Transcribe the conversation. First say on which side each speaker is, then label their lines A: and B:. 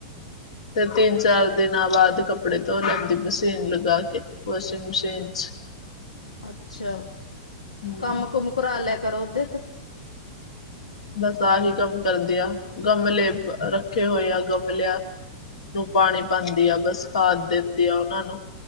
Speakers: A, on the left; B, on the left.
A: ਤੇ ਤਿੰਨ ਚਾਰ ਦਿਨਾਂ ਬਾਦ ਕੱਪੜੇ ਧੋ ਲੈਂਦੀ ਮਸ਼ੀਨ ਲਗਾ ਕੇ। ਵੋਸ਼ਿੰਗ ਮਸ਼ੀਨ ਚ।
B: ਅੱਛਾ।
A: ਹੂੰ।
B: ਕੰਮ ਕੁਮ ਕਰਾ ਲੇਆ ਕਰੋ ਓਦੇ ਤ।
A: ਬਸ ਆਹੀ ਕੰਮ ਕਰਦੀ ਆ। ਗਮਲੇ ਰੱਖੇ ਹੋਏ ਆ ਗਮਲੇਆ ਨੂੰ ਪਾਣੀ ਪਾਂਦੀ ਆ ਬਸ ਖਾਦ ਦੇਂਦੀ ਆ ਓਨਾਂ ਨੂੰ।